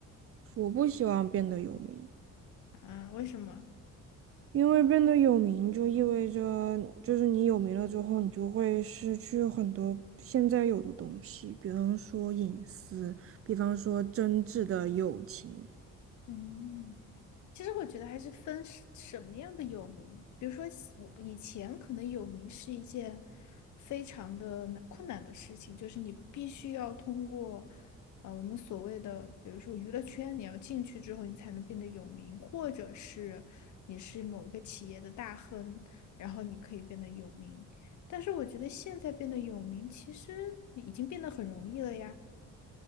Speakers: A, on the right; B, on the left.
A: 我不希望变得有名，
B: 啊，为什么？
A: 因为变得有名就意味着，就是你有名了之后，你就会失去很多现在有的东西，比方说隐私，比方说真挚的友情。
B: 嗯，其实我觉得还是分是什么样的有名，比如说喜我以前可能有名是一件非常的难困难的事情，就是你必须要通过呃我们所谓的，比如说娱乐圈，你要进去之后你才能变得有名，或者是你是某一个企业的大亨，然后你可以变得有名。但是我觉得现在变得有名，其实已经变得很容易了呀。